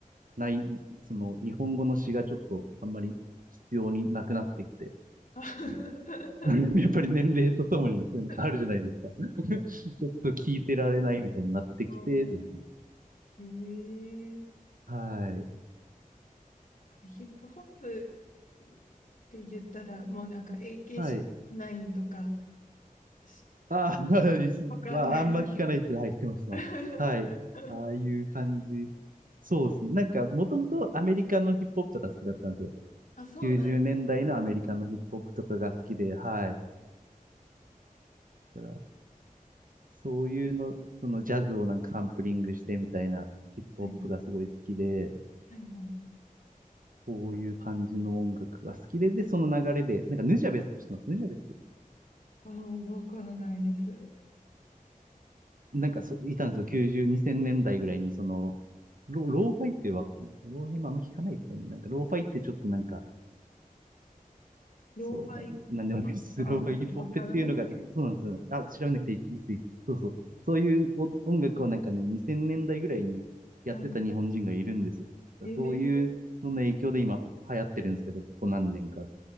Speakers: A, on the right (about 70°); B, on the left (about 60°).
A: う、ない、その、日本語の詩がちょっと、あんまり必要になくなってきて。
B: <laughs>
A: <laughs> やっぱり年齢とともにそういうの変わるじゃないですか。
B: な
A: <laughs> ちょっと聞いてられないみたいになってきてですね
B: るほど。ええー
A: はい。
B: ヒップホップって言ったら、もうなんか a k
A: はい。
B: イ9とかし、
A: あー、<laughs> リスまあ、
B: わかんないです。
A: あんま聞かないですけど、はい、知ってます、知ってます。
B: <laughs>
A: はい。ああいう感じ。そうですね。なんか、もともとアメリカのヒップホップとか好きだったんですよ。
B: あ、そうなんですね。
A: 90年代のアメリカのヒップホップとかが好きで、はい。だから、そういうの、そのジャズをなんかサンプリングしてみたいなヒップホップがすごい好きで、
B: はい、はい、はい。
A: こういう感じの音楽が好きで、で、その流れで、なんかヌジャベスとか知ってますヌジャベス
B: ああ、わからないです。
A: なんかそう、いたんですよ。90、2000年代ぐらいに、その、ロ、ローファイっては、ローファイもあんま聞かないですよね。なんか、ローファイってちょっとなんか、
B: ローファイはちょっとあんまりわからないです。
A: そう、な、なんでもないです。<laughs> ローファイヒップホップっていうのがあって、そうなんですよ。あ、調べなくていいです、いいです、いいです。そうそう。そういうお音楽をなんかね、2000年代ぐらいにやってた日本人がいるんですよ。
B: はい。
A: だからそういうのの影響で今流行ってるんですけど、
B: ええ
A: ここ何年か。